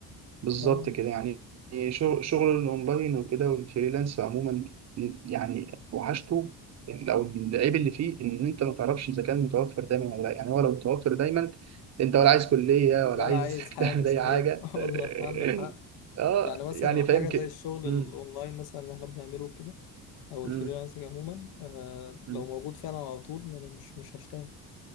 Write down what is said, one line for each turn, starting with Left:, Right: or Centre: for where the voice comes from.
Right: بالظبط
Left: اه
Right: كده يعني شغل شغل الاونلاين وكده والفريلانس عموما يعني وحشته او العيب اللي فيه ان انت ما تعرفش اذا كان متوفر دايما ولا لا يعني هو لو متوفر دايما انت ولا عايز كليه ولا
Left: ولا
Right: عايز
Left: عايز
Right: <laughs>
Left: حاجة
Right: تعمل
Left: صحيح
Right: اي حاجه
Left: <laughs> والله
Right: اه
Left: عندك حق
Right: آه،
Left: يعني مثلا
Right: يعني فاهم
Left: حاجة
Right: كده
Left: زي الشغل
Right: مم.
Left: الاونلاين مثلا اللي احنا بنعمله كده او
Right: مم.
Left: الفريلانسنج عموما آه
Right: مم.
Left: لو موجود فعلا على طول انا مش مش هشتغل